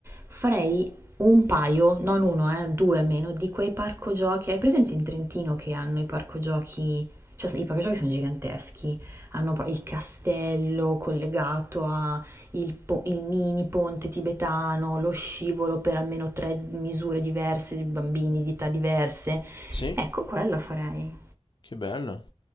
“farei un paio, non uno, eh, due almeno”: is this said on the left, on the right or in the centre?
Right